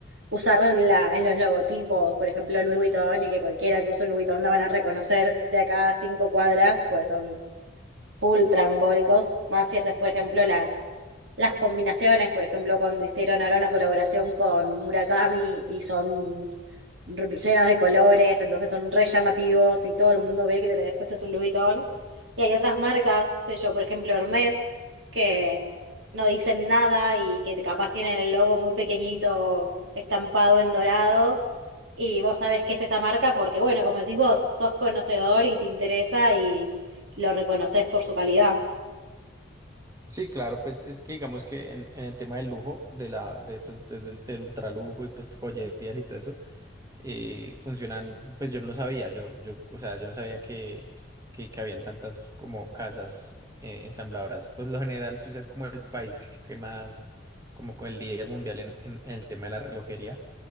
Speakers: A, on the right; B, on the right.
A: usar la- los logotipos, por ejemplo Louis Vuitton, y que cualquiera que use un Louis Vuitton la van a reconocer de acá a cinco cuadras, pues son full trambólicos, más si haces, por ejemplo, las, las combinaciones, por ejemplo, cuando hicieron ahora una colaboración con Murakami y son r- llenas de colores, entonces son re llamativos y todo el mundo ve que le tenés puesto es un Louis Vuitton. Y hay otras marcas, qué sé yo, por ejemplo, Hermès, que no dicen nada y que capaz tienen el logo muy pequeñito estampado en dorado. Y vos sabés qué es esa marca porque, bueno, como decís vos, sos conocedor y te interesa lo reconoces por su calidad.
B: Sí, claro, pues es que digamos que en, en el tema del lujo, de la, de, pues, de- del, del ultralujo y pues joyerías y todo eso, eh, funcionan, pues yo no sabía, yo, yo, o sea, yo no sabía que, que, que habían tantas como casas eh, ensambladoras. Pues lo general Suiza es como el país que más, como con el líder mundial en, en- en el tema de la relojería.